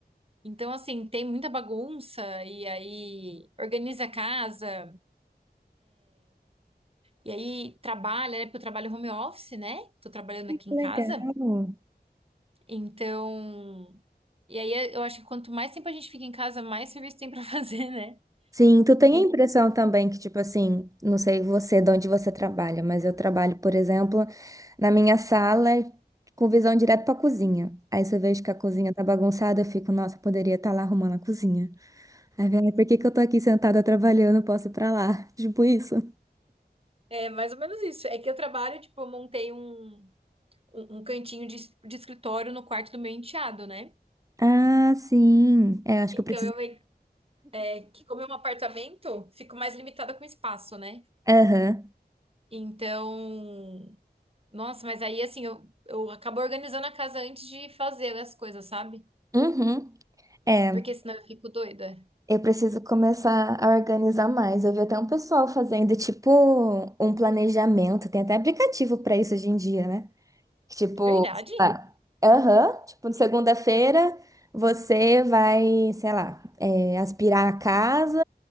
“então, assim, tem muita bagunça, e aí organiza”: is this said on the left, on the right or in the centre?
Right